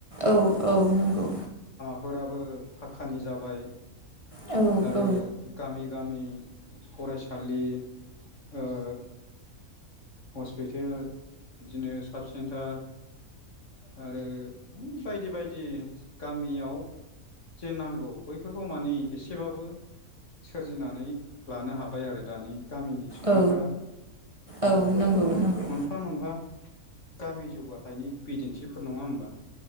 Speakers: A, on the right (about 25°); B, on the left (about 55°).
A: औ औ नोंगौ
B: फोराबो फाकखानि जाबाय
A: औ
B: आरो
A: औ
B: गामि गामि फरायसालि ओ हस्पिटेल बिदिनो साब सेन्टार आरो माने बायदि बायदि गामियाव जे नांगौ बैफोरखौ मानि एसेबाबो सोरजिनानै लानो हाबाय आरो दानि गामिनि सुबुंफोरा
A: औ
B: ओ
A: औ
B: बैफोरनो
A: नंगौ नंगौ
B: मोनफा मोनफा गामि जौगाथायनि बिदिन्थिफोर नङा होमबा